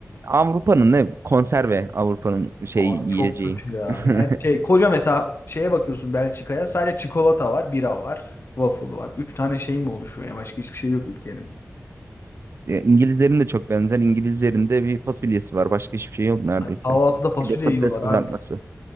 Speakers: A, on the right (about 50°); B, on the left (about 50°).
A: Avrupa'nın ne? Konserve Avrupa'nın şey
B: Abi
A: yiyeceği.
B: çok kötü ya.
A: <laughs>
B: Yani şey, koca mesela şeye bakıyorsun Belçika'ya sadece çikolata var, bira var, waffle var. Üç tane şey mi oluşuyor ya? Başka hiçbir şey yok ülkenin.
A: Ya, İngilizlerin de çok benzer. İngilizlerin de bir fasulyesi var. Başka hiçbir şey yok neredeyse.
B: Hani kahvaltıda fasulye
A: Bir de patates
B: yiyorlar
A: kızartması.
B: abi.